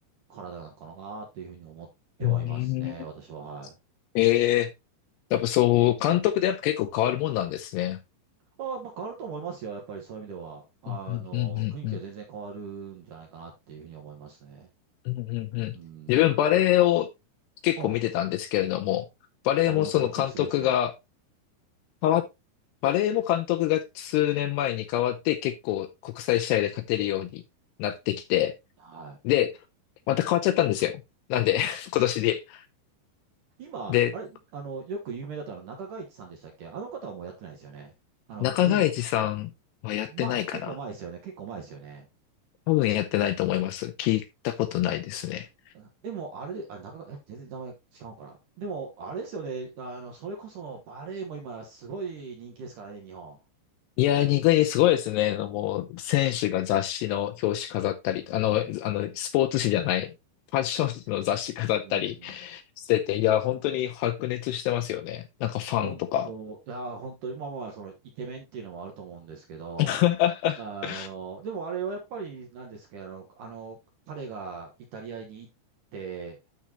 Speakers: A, on the right (about 65°); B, on the left (about 80°).
A: 体なのかなというふうに思ってはいますね、
B: うん。う
A: 私は。
B: ん
A: はい。
B: ええやっぱそう、監督でやっぱ結構変わるもんなんですね。
A: あ、まあ、変わると思いますよ。やっぱりそういう意味では。あの、
B: うんうんうんうん
A: 雰囲気は全然変わるんじゃないかなっていうふうに思いますね。
B: うんうんうんうん自分バレエを
A: うん。
B: 結構見てたんですけれども、
A: あ、
B: バレエもその監督が
A: あれも最近すごいですね。
B: 変わバレエも監督が数年前に変わって結構国際試合で勝てるようになってきて、
A: は
B: で、また変わっちゃったんですよ。なんで、<laughs> 今年で。
A: い。今、
B: で、
A: あれ、あの、よく有名だったの中川一さんでしたっけあの方はもうやってないですよね。あの、
B: 中川一さんはやってないかな
A: 古い、まあ、結構前ですよね。結構前ですよね。
B: 多分やってないと思います。聞いたことないですね。
A: あでも、あれで、あ、中川、え、全然名前違うから。でも、あれですよね。あの、それこそバレエも今すごい人気ですからね、日本。
B: いやー、ニグニすごいですね。もう、選手が雑誌の表紙飾ったり、
A: うん。
B: あの、あの、スポーツ誌じゃない、ファッション誌の雑誌飾ったり
A: うん。
B: してて、いやー、本当に白熱してますよね。なんかファンとか。
A: 本当、いや、本当に、まあまあ、その、イケメンっていうのもあると思うんですけど、
B: <laughs>
A: あの、でもあれはやっぱりなんですけど、あの、あの、彼がイタリアに行って、